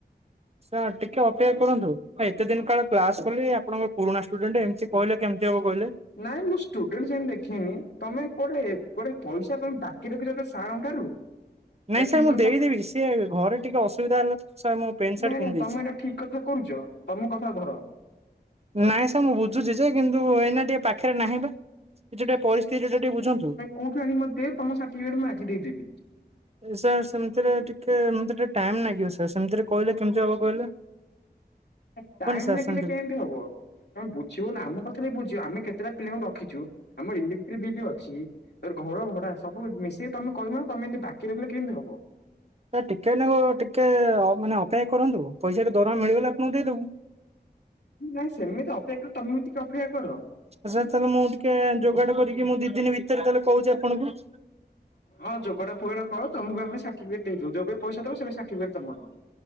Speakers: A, on the right; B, on the left.
A: ସାର୍ ଟିକେ ଅପେକ୍ଷା କରନ୍ତୁ ଏତେ ଦିନ କାଳେ କ୍ଲାସ କଲି ଆପଣଙ୍କର ପୁରୁଣା ଷ୍ଟୁଡେଣ୍ଟ ଏମିତି କହିଲେ କେମିତି ହବ କହିଲେ।
B: ନାଇଁ ମୁଁ ଷ୍ଟୁଡେଣ୍ଟ ସେମିତି ଦେଖେଇନି ତମେ କୋଟେ ଗୋଟେ ପଇସା ପାଇ ବାକି ରଖି। ସାରଙ୍କ ଠାରୁ।
A: ନାଇଁ
B: ଏଇଟା
A: ସାର୍
B: ଠିକ
A: ମୁଁ
B: କଥା
A: ଦେଇଦେବି ସି ଘରେ ଟିକେ ଅସୁବିଧା ହେଲା ତ ସାର୍ ମୁଁ ପ୍ୟାଣ୍ଟ
B: ନାଇଁ
A: ସାର୍ଟ କିଣିଦେଇଛି।
B: ନାଇଁ ତମେ ଏଇଟା ଠିକ କଥା କରୁଛ ତମ କଥା ଧର।
A: ନାଇଁ ସାର୍ ମୁଁ ବୁଝୁଛି ଯେ କିନ୍ତୁ ଏଇନା ଟିକେ ପାଖରେ ନାହିଁ ବା। ଏ <unintelligible> ପରିସ୍ଥିତି <unintelligible> ବୁଝନ୍ତୁ।
B: କୋଉଠି ଆଣିି ମୋତେ ଦେ ତମ ସାର୍ଟିଫିକେଟ ମୁଁ ଆଜି ଦେଇେବି।
A: ସାର୍ ସେମିତିରେ ଟିକେ ମତେ ଟିକେ ଟାଇମ ଲାଗିବ ସାର୍ ସେମିତିରେ କହିଲେ କେମିତି ହବ କହିଲେ। <inaudible>
B: ଏ ଟାଇମ
A: ସାର୍
B: ଲାଗିଲେ
A: ସେମିତି।
B: କେଏନ୍ତି ହବ। ତମେ ବୁଝିବ ନା ଆମ ପାଖରେ ହି ବୁଝିବ ଆମେ କେତେଟା ପିଲାଙ୍କୁ ରଖିଚୁ ଆମର ଇଲେକ୍ଟ୍ରିକ ବିଲ୍ ଅଛି ତ ଘର ଭଡା ସବୁ ମିଶିକି ତମେ କହିବ ତମେ ଏମିତି ବାକି ରଖିଲେ କେଏନ୍ତି ହବ?
A: ଟିକେ ନାଉ ଟିକେ ଅ ମାନେ ଅପେକ୍ଷା କରନ୍ତୁ ପଇସାଟା ଦରମା ମିଳିଗଲେ ଆପଣଙ୍କୁ ଦେଇଦବୁ।
B: ନାଇଁ ସେମିତି ଅପେକ୍ଷା ତମେ ଟିକେ ଅପେକ୍ଷା କର।
A: ସାର୍ ତାହେଲେ ମୁଁ ଟିକେ ଯୋଗାଡ଼ କରିକି ମୁଁ ଦି ଦିନ ଭିତରେ ତାହେଲେ କହୁଚି ଆପଣଙ୍କୁ
B: ହଁ ଯୋଗାଡ ଫୋଗାଡ କର ତମକୁ ଆମେ ସାର୍ଟିଫିକେଟ ଦେଇଦବୁ ଯେବେ ପଇସା ଦବ ସେବେ ସାର୍ଟିଫିକେଟ୍ ତମର।